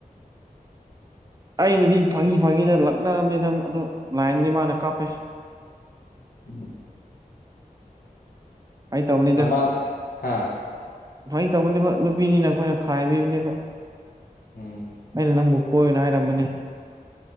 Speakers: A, on the right; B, on the left.
A: ꯑꯩꯅꯗꯤ ꯐꯥꯒꯤ ꯐꯥꯒꯤꯗ ꯂꯛꯅꯕꯅꯤꯗ ꯑꯗꯨ ꯂꯥꯏꯟꯗꯤ ꯃꯥꯅ ꯀꯥꯞꯄꯦ
B: ꯎꯝ
A: ꯐꯩ ꯇꯧꯕꯅꯤꯗ
B: ꯑꯃ ꯍꯥ
A: ꯐꯩ ꯇꯧꯕꯅꯦꯕ ꯅꯨꯄꯤꯅꯤꯅ ꯑꯩꯈꯣꯏꯅ ꯈꯥꯏꯕꯤꯕꯅꯦꯕ
B: ꯎꯝ
A: ꯑꯩꯅ ꯅꯪꯕꯨ ꯀꯣꯏꯅ ꯍꯥꯏꯔꯝꯕꯅꯦ